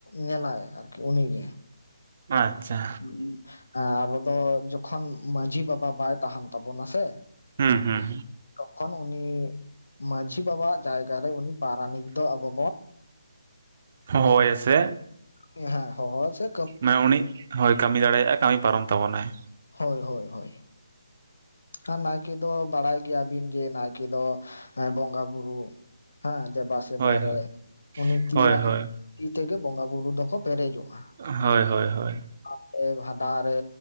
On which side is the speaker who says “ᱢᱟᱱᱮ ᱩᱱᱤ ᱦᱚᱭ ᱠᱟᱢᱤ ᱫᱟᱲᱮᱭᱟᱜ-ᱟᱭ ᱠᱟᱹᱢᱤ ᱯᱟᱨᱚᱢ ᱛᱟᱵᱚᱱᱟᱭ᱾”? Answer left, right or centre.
Right